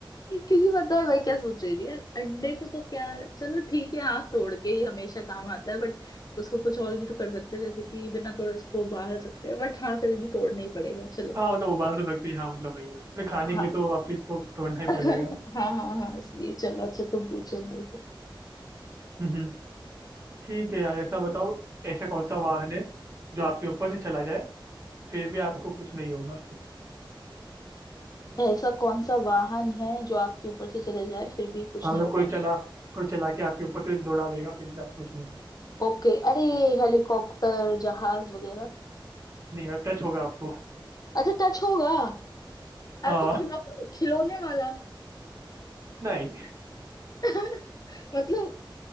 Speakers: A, on the left; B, on the right.
A: क्योंकि पता है मैं क्या सोच रही थी यार अंडे को तो क्या चलो ठीक है हाँ तोड़ के ही हमेशा काम आता है बट उसको कुछ और भी तो कर सकते हैं जैसे कि बिना तोड़े उसको उबाल सकते हैं बट हाँ फिर भी तोड़ना ही पड़ेगा चलो
B: हाँ मतलब उबाल तो सकती है हाँ मतलब वही है मतलब खाने
A: हाँ
B: के लिए तो वापिस को तोड़ना ही
A: <laughs>
B: पड़ेगा
A: हाँ हाँ हाँ इसलिए चलो अच्छा तुम पूछो मेरे से
B: <laughs> ठीक है यार ऐसा बताओ ऐसा कौन सा वाहन है जो आपके ऊपर से चला जाए फिर भी आपको कुछ नहीं होगा
A: ऐसा कौन सा वाहन है जो आपके ऊपर से चले जाए फिर भी कुछ
B: हाँ,
A: नहीं
B: मतलब
A: होगा
B: कोई चला कोई चला के आपके ऊपर से दौड़ा देगा फिर भी आपको कुछ नहीं होगा
A: ओके अरे ये हेलीकॉप्टर जहाज वगैरह
B: नहीं होगा टच होगा आपको
A: अच्छा टच होगा आ
B: हाँ
A: तो खिलो खिलौने वाला
B: नहीं
A: <laughs> मतलब